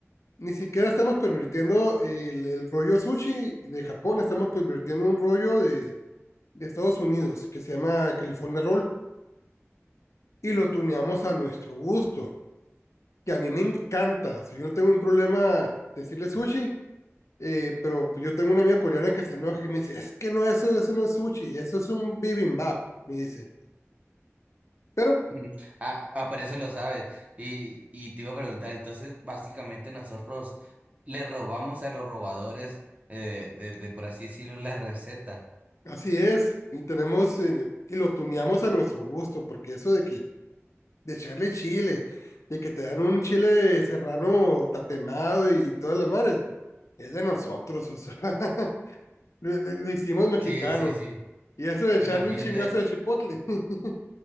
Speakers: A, on the left (about 80°); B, on the right (about 30°).
A: ni siquiera estamos pervirtiendo el, el rollo sushi de Japón, estamos pervirtiendo un rollo de, de Estados Unidos que se llama California Roll y lo tuneamos a nuestro gusto, que a mí me encanta, o sea, yo no tengo un problema decirle sushi, eh, pero yo tengo una amiga coreana que se enoja y me dice, es que no, eso, eso no es sushi, eso es un bibimbap, me dice. Pero
B: <laughs> Ujú. Ah, ah, por eso lo sabes. Y, y te iba a preguntar, entonces básicamente nosotros le robamos a los robadores eh, de, de, por así decirlo, la receta.
A: Así es, y tenemos en- y lo tuneamos a nuestro gusto, porque eso de que de echarle chile, de que te dan un chile serrano tatemado y todas las madres, es de nosotros, o sea, <laughs> lo, lo- lo hicimos mexicano.
B: Sí, sí, sí.
A: Y eso de echarle
B: Imagínate
A: un chingazo de chipotle, <laughs>